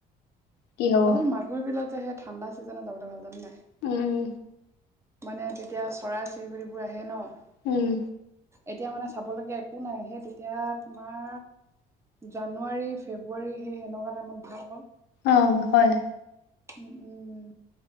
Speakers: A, on the left (about 85°); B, on the right (about 15°).
A: কি হ'ব
B: আচল মাগুৰি বিলত যে সেই ঠাণ্ডা চিজনত যাবলৈ ভাল জান নে নাই?
A: উম।
B: মানে তেতিয়া চৰাই চিৰিকতি বোৰ আহে ন'।
A: উম।
B: এতিয়া মানে চাব লগীয়া একো নাই সেই তেতিয়া তোমাৰ জানুৱাৰী ফেব্ৰুৱাৰী সেই সেনেকুৱা টাইমত ভাল আকৌ।
A: অ' হয়।
B: উ, উম,